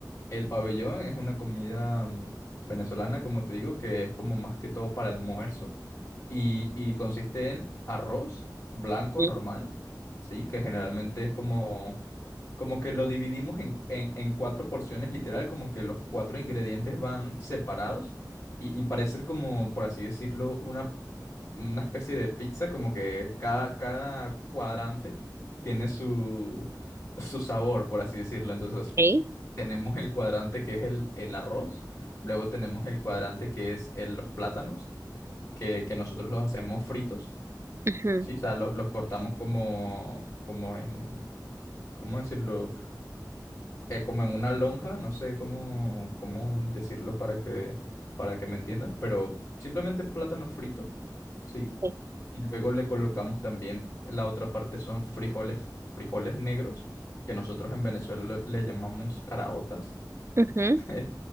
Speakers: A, on the left; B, on the right.
A: El pabellón es una comida mm, venezolana, como te digo, que es como más que todo para almuerzo y, y consiste en arroz blanco
B: Mm,
A: normal, ¿sí? Que generalmente es como... Como que lo dividimos en, en- en cuatro porciones, literal, como que los cuatro ingredientes van separados y, y parece como, por así decirlo, una, una especie de pizza, como que cada, cada cuadrante tiene su, su sabor, por así decirlo. Entonces,
B: ok,
A: tenemos el cuadrante que es el, el arroz, luego tenemos el cuadrante que es el- los plátanos, que, que nosotros los hacemos fritos,
B: ujú,
A: ¿sí? O sea, lo- los cortamos como, como en, ¿cómo decirlo? eh, como en una lonja, no sé cómo, cómo decirlo para que, para que me entiendas, pero simplemente plátano frito, ¿sí?
B: sí,
A: Y luego le colocamos también, la otra parte son frijoles, frijoles negros, que nosotros en Venezuela lo- le llamamos caraotas.
B: ujú,
A: <laughs>